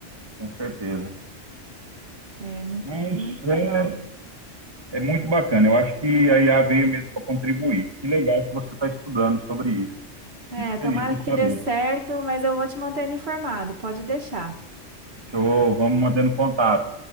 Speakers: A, on the right (about 20°); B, on the right (about 60°).
A: com certeza.
B: É muito,
A: Mas
B: muito
A: é,
B: legal.
A: é muito bacana. Eu acho que a IA veio mesmo para contribuir. Que legal que você está estudando sobre isso.
B: É,
A: Fico feliz
B: tomara
A: de
B: que
A: saber.
B: dê certo, mas eu vou te mantendo informado, pode deixar.
A: Show, vamos mantendo contato.